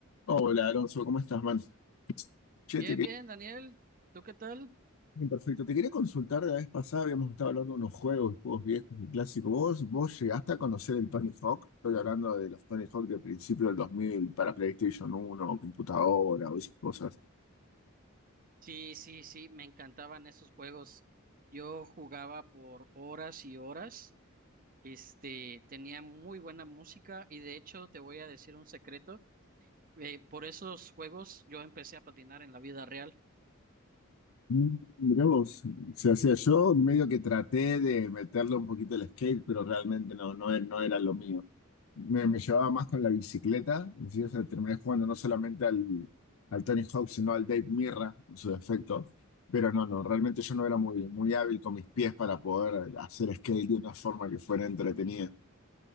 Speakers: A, on the left; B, on the right.
A: Hola Alonso, ¿cómo estás, man? Che,
B: Bien,
A: te quería...
B: bien, Daniel, ¿tú qué tal?
A: Bien, Perfecto, te quería consultar, la vez pasada habíamos estado hablando de unos juegos, juegos viejos y clásicos. ¿Vos, vos llegaste a conocer el Tony Hawk? Estoy hablando de los Tony Hawk del principio del 2000 para PlayStation uno, o computadora o esas cosas.
B: Sí, sí, sí, me encantaban esos juegos. Yo jugaba por horas y horas. Este, tenía muy buena música y de hecho te voy a decir un secreto. eh, por esos juegos yo empecé a patinar en la vida real.
A: Mm, Mirá vos, o sea, hacía yo medio que traté de meterle un poquito el skate, pero realmente no, no, e- no era lo mío. me, me llevaba más con la bicicleta, y sí, o sea, terminé jugando no solamente al, al Tony Hawk, sino al Dave Mirra en su defecto. Pero no, no, realmente yo no era muy, muy hábil con mis pies para poder hacer skate de una forma que fuera entretenida.